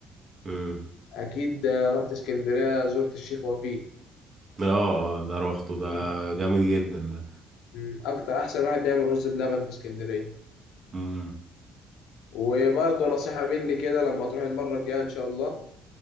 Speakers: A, on the right; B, on the left.
A: امم
B: أكيد آه، رحت اسكندرية زرت الشيخ وفيق
A: اه ده روحته ده
B: أكيد
A: جامد جدا ده
B: مم. أكتر أحسن واحد بيعمل رز بلبن في اسكندرية
A: امم
B: وبرضه نصيحة مني كده لما تروح المرة الجاية إن شاء الله